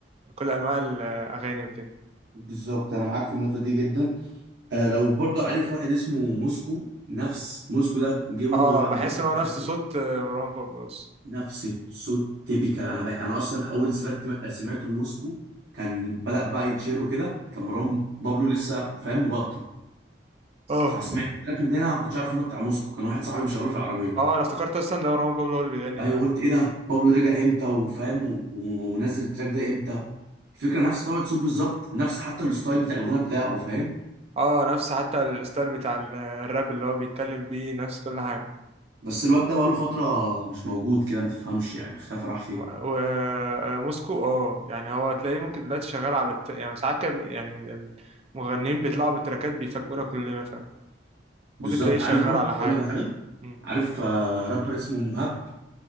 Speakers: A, on the right (about 35°); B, on the right (about 80°).
A: كل انواع الاغاني وكده
B: بالظبط انا معاك في النقطه دي جدا آه لو برضو عارف واحد اسمه موسكو نفس موسكو ده جه برضو
A: اه
B: بعد
A: بحس
B: بابا
A: ان هو
B: شافه
A: نفس صوت آه، مروان بابلو اصلا
B: نفس الصوت تيبيكال انا بقى انا اصلا اول سرقت سمعته لموسكو كان بدأ بقى يتشير وكده كان مروان بابلو لسه فاهم مبطل
A: اه
B: فسمعت التراك من هنا ما كنتش عارف انه بتاع موسكو كان واحد صاحبي مشغله في العربيه
A: اه انا افتكرت اصلا ده مروان بابلو هو اللي بيغني
B: ايوه
A: فاهم
B: قلت ايه ده بابلو رجع امتى وفاهم و- و- ونزل التراك ده امتى الفكره نفس طبقه صوت بالظبط نفس حتى الستايل بتاع الغنى بتاعه فاهم
A: اه نفس حتى الستايل بتاع ال- الراب اللي هو بيتكلم بيه نفس كل حاجة
B: بس الواد ده بقاله فترة مش موجود كده ما تفهمش يعني اختفى راح فين
A: ما- و- آه، موسكو اه يعني هو تلاقيه ممكن دلوقتي شغال على الت... يعني ساعات كب... يعني المغنيين بيطلعوا بتراكات بيفاجئونا كلنا فاهم
B: بالظبط
A: ممكن تلاقيه شغال
B: عارف برضه
A: على حاجة
B: اقول لك على حاجة
A: مم.
B: عارف آه، رابر اسمه مهاب